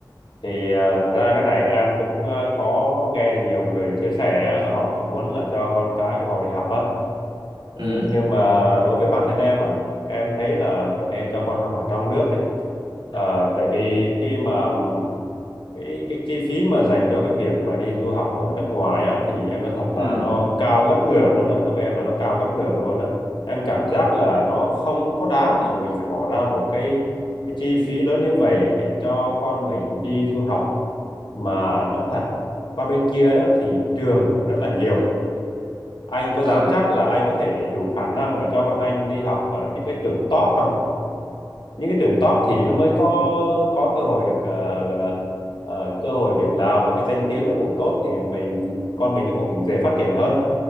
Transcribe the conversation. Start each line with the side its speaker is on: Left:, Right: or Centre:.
Left: Thì à, thật ra cái này em cũng à, có nghe được nhiều người chia sẻ á, là họ cũng muốn là cho con cái của họ đi học á
Right: Ừ,
Left: Ừ, nhưng mà đối với bản thân em á em thấy là vẫn nên cho con học ở trong nước đi Ờ, tại vì khi mà cái cái chi phí mà dành cho cái việc mà đi du học ở nước ngoài á thì em nói thật là
Right: ừ,
Left: nó cao ngất ngưởng luôn á đối với em là nó cao ngất ngưởng luôn á em cảm giác là nó không có đáng để mà mình phải bỏ ra một cái cái chi phí lớn như vậy để cho con mình đi du học mà nói thật qua bên kia á thì trường cũng rất là nhiều anh có
Right: ừ,
Left: dám chắc là anh có thể đủ khả năng mà cho con anh đi học ở những cái trường top không? Những cái trường top thì nó mới có có cơ hội được ờ, gọi là ờ, cơ hội việc làm và cái danh tiếng nó cũng tốt thì mình con mình nó cũng dễ phát triển hơn.